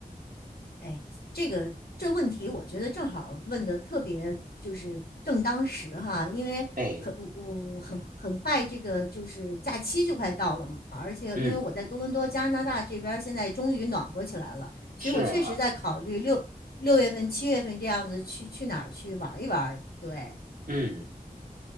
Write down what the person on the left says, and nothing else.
哎，这个这问题，我觉得正好问的特别就是正当时哈，因为很我很很快这个就是假期就快到了嘛，
而且因为我在多伦多加拿大这边儿现在终于暖和起来了，
所以我确实在考虑六六月份、
七月份这样子去去哪儿去玩一玩。对，